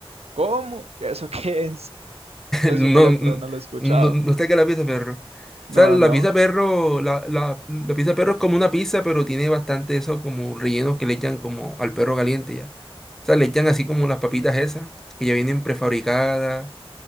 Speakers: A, on the right; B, in the centre.
A: ¿Cómo? ¿Eso qué es? Eso
B: No,
A: si no lo
B: n-
A: he probado, no lo he escuchado.
B: no, no sé qué es la pizza perro.
A: No,
B: O sea, la
A: no.
B: pizza perro, la, la, la pizza perro es como una pizza, pero tiene bastante eso como rellenos que le echan como al perro caliente ya. O sea, le echan así como las papitas esas, que ya vienen prefabricadas,